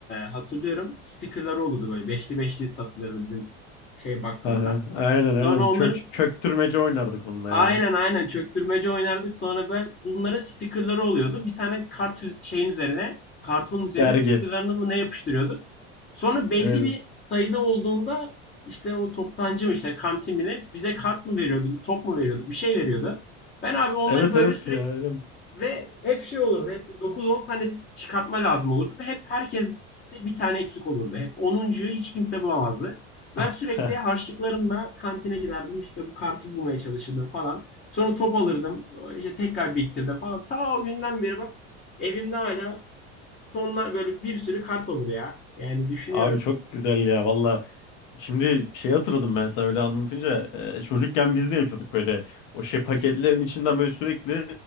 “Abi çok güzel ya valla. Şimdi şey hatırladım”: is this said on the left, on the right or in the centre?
Left